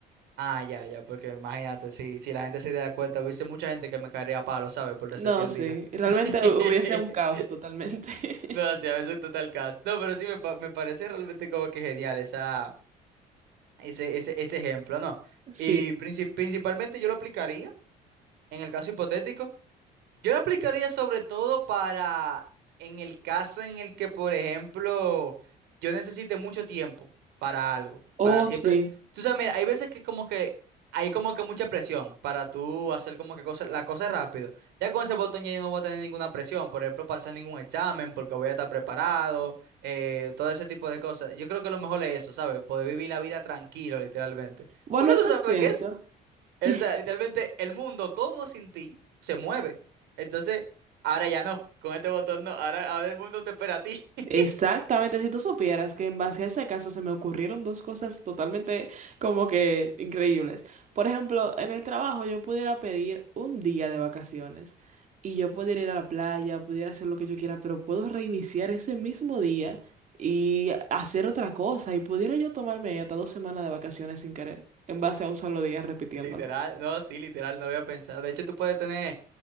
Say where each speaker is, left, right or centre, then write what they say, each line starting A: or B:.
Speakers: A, on the right; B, on the right.
A: Ah, ya, ya, porque imagínate, si, si la gente se da cuenta, hubiese mucha gente que me caería a palo, ¿sabes? Por resetear
B: No, sí,
A: el día.
B: realmente
A: <laughs>
B: hu- hubiese un caos totalmente. <laughs>
A: No, sí, a veces total caso. No, pero sí, me, pa- me parece realmente como que genial esa, ese, ese, ese ejemplo, ¿no?
B: Sí,
A: Y princi- principalmente yo lo aplicaría. en el caso hipotético, yo lo aplicaría sobre todo para en el caso en el que, por ejemplo, yo necesite mucho tiempo para algo,
B: oh,
A: para siempre.
B: sí.
A: Tú sabes, mira, hay veces que como que hay como que mucha presión para tú hacer como que cosas, la cosa rápido. Ya con ese botón ya yo no voy a tener ninguna presión, por ejemplo, pasar ningún examen porque voy a estar preparado, eh, todo ese tipo de cosas. Yo creo que lo mejor es eso, ¿sabes? Poder vivir la vida tranquilo, literalmente.
B: Bueno,
A: Porque
B: eso
A: tú sabes
B: es cierto.
A: qué es. O
B: <laughs>
A: sea, literalmente el mundo todo sin ti se mueve. Entonces, ahora ya no, con este botón no, ahora, ahora el mundo te espera a ti. <laughs>
B: Exactamente, si tú supieras que en base a ese caso se me ocurrieron dos cosas totalmente como que increíbles. Por ejemplo, en el trabajo yo pudiera pedir un día de vacaciones y yo pudiera ir a la playa, pudiera hacer lo que yo quiera, pero puedo reiniciar ese mismo día y hacer otra cosa y pudiera yo tomarme ahí hasta dos semanas de vacaciones sin querer, en base a un solo día repitiéndolo.
A: Literal, no, sí, literal, no lo había pensado. De hecho, tú puedes tener